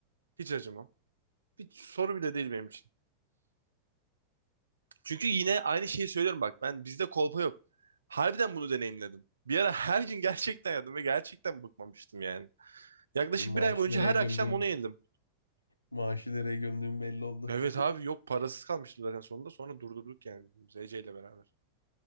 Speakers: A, on the right; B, on the left.
A: Hiç acımam. Bir soru bile değil benim için. Çünkü yine aynı şeyi söylüyorum bak. Ben bizde kolpa yok. Harbiden bunu deneyimledim. Bir ara her gün gerçekten yedim ve gerçekten bıkmamıştım yani. Yaklaşık
B: Benim maaşı
A: bir ay boyunca
B: nereye
A: her
B: gömdüğüm
A: akşam onu yedim.
B: maaşı nereye gömdüğüm belli oldu.
A: Evet
B: <laughs>
A: abi yok parasız kalmıştım zaten sonunda. Sonra durdurduk yani biz Ece ile beraber.